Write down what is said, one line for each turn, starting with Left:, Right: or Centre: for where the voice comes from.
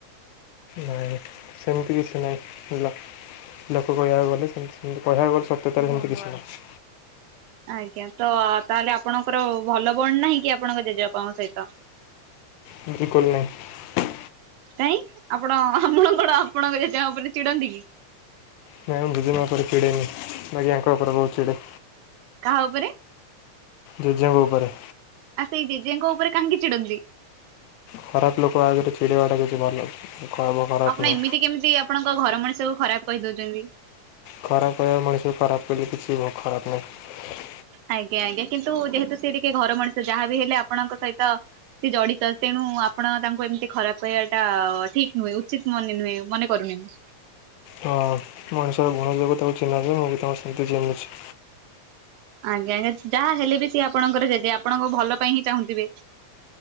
Left: ନାଇଁ ସେମିତି କିଛି ନାହିଁ ବୁଝିଲ। ଲୋକ କହିବାକୁ ଗଲେ ସେମିତି ସେତ କହିବାକୁ ଗଲେ ସତ୍ୟତାରେ ସେମିତି କିଛି ନାହିଁ।
Right: ଆଜ୍ଞା ତ ତାହେଲେ ଆପଣଙ୍କର ଭଲ ବଣ୍ଡ ନାହିଁ କି ଆପଣଙ୍କ ଜେଜେବାପାଙ୍କ ସହିତ?
Left: ଵିଲକୁଲ ନାହିଁ।
Right: କାଇଁ ଆପଣ ଆମଳଙ୍କଡ ଆପଣଙ୍କ ଜେଜେମା ଉପରେ ଚିଡନ୍ତି କି?
Left: ନାଇଁ ମୁଁ ଜେଜେମା ଉପରେ ଚିଡ଼େ ନିଁ ବାକି ଆଙ୍କ ଉପରେ ବହୁତ ଚିଡ଼େ।
Right: କାହା ଉପରେ?
Left: ଜେଜେଙ୍କ ଉପରେ।
Right: ଆ ସେଇ ଜେଜେଙ୍କ ଉପରେ କାହିଁକି ଚିଡନ୍ତି?
Left: ଖରାପ ଲୋକ ଆଗରେ ଚିଡିବାଟା କିଛି ଭଲ। ଖରାପ
Right: ଆପଣ
Left: ନୁହଁ
Right: ଏମିତି କେମିତି ଆପଣଙ୍କ ଘର ମଣିଷଙ୍କୁ ଖରାପ କହିଦଉଚନ୍ତି?
Left: ଖରାପ କହିବା ମଣିଷକୁ ଖରାପ କହିଲେ କିଛି ଖରାପ ନାହିଁ।
Right: ଆଜ୍ଞା ଆଜ୍ଞା କିନ୍ତୁ ଯେହେତୁ ସେ ଟିକେ ଘର ମଣିଷ ଯାହାବି ହେଲେ ଆପଣଙ୍କ ସହିତ ସିଏ ଜଡିତ ତେଣୁ। ଆପଣ ତାଙ୍କୁ ଏମିତି ଖରାପ କହିବା ଟା ଠିକ ନୁହେଁ ଉଚିତ ମନେ ନୁହେଁ ମନେ କରୁନି। <inaudible>
Left: ହଁ ମଣିଷର ଗୁଣଯୋଗୁଁ ତାକୁ ଚିନ୍ହା ଯିବ ମୁଁ ବି ତାଙ୍କୁ ସେମିତି ଚିଂନହୁଚି।
Right: ଆଜ୍ଞା ଯାହା ହେଲେ ବି ସିଏ ଆପଣଙ୍କର ଜେଜେ ଆପଣଙ୍କ ଭଲ ପାଇଁ ହିଁ ଚାହୁଁଥିବେ।